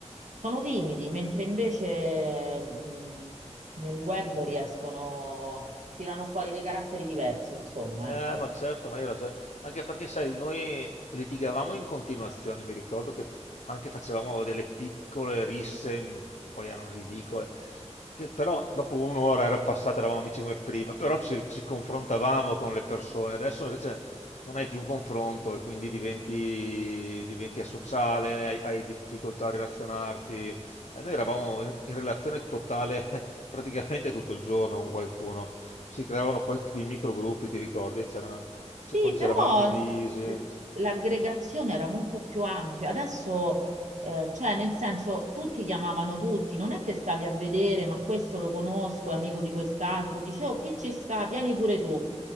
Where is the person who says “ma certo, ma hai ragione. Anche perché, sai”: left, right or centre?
Left